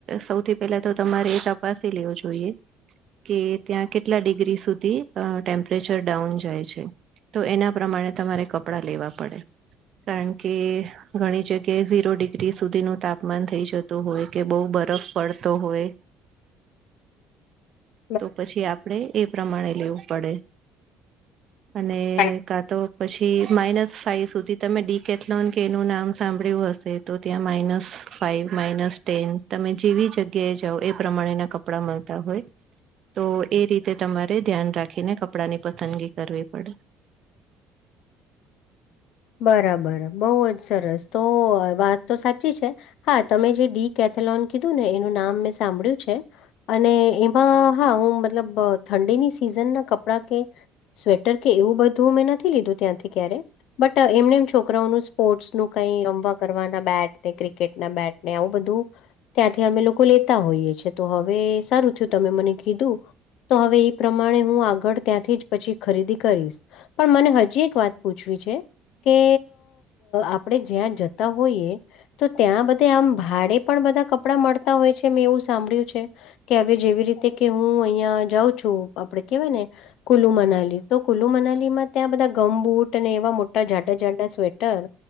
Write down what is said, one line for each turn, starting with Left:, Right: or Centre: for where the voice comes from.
Right: સૌથી પહેલા તો તમારે તપાસી લેવું જોઈએ. કે ત્યાં કેટલા ડિગ્રી સુધી ટેમ્પરેચર ડાઉન જાય છે. તો એના પ્રમાણે તમારે કપડાં લેવા પડે કારણ કે. ઘણી જગ્યાએ ઝીરો ડિગ્રી સુધીનું તાપમાન થઈ જતું હોય કે બહુ બરફ પડતો હોય.
Left: <inaudible>
Right: તો પછી આપણેે એ પ્રમાણે લેવું પડે અને
Left: પણ
Right: કા તો પછી માઇનસ. ફાઇવ સુધી તમે ડી કેથલોન કેનું નામ સાંભળ્યું હશે તો ત્યાં માઇનસ ફાઇવ માઇનસ ટેન. તમે જેવી જગ્યાએ જાઓ એ પ્રમાણેના કપડા મળતા હોય. તો એ રીતે તમારે ધ્યાન રાખીને કપડાં ની પસંદગી કરવી પડે.
Left: બરાબર બહુ જ સરસ તો વાત તો સાચી છે. હા તમે જે ડી કેથેલોન કીધું ને એનું નામ મેં સાંભળ્યું છે. અને એમાં હા હું મતલબ ઠંડીની સિઝન ના કપડા કે. સ્વેટર કે એવું બધું મેં નથી લીધું ત્યાંથી ક્યારે. બટ એમને એમ છોકરાઓનું સ્પોર્ટ્સ નું કઈ રમવા કરવાના બેટ ને ક્રિકેટના બેટ ને આવું બધું. ત્યાંથી અમે લોકો લેતા હોઈએ છીએ તો હવે સારું થયું તમે મને કીધું. તો હવે એ પ્રમાણે હું આગળ ત્યાંથી જ પછી ખરીદી કરીશ પણ મને હજી એક વાત. પૂછવી છે કે આપણેે જ્યાં જતા હોઈએ. તો ત્યાં બધે આમ ભાડે પણ બધા કપડાં મળતા હોય છે મેં એવું સાંભળ્યું છે. કે હવે જેવી રીતે કે હું અહિયાં જાઉં છું આપડે કેવાય ને. કુલ્લુ મનાલી તો કુલ્લુ મનાલી માં ત્યાં બધા ગમ બુટ અને એવા મોટા. જાડા જાઝંડાા સ્વેટર.